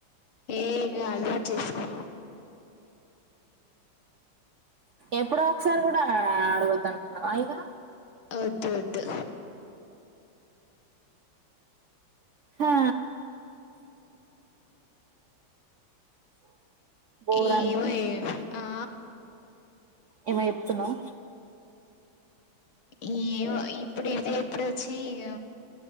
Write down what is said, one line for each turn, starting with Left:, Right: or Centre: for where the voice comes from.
Left: ఏ ఇ అలవాటు చేసుకో
Right: ఎప్పుడో ఒకసారి కూడా అడగొద్దు అయినా
Left: వద్దు వద్దు
Right: హా బోర్
Left: ఏమో ఏమో ఆ
Right: ఏమ చెప్తున్నావు
Left: ఈ ఇప్పుడు ఇదే ఇప్పుడు వచ్ తీ ఈగ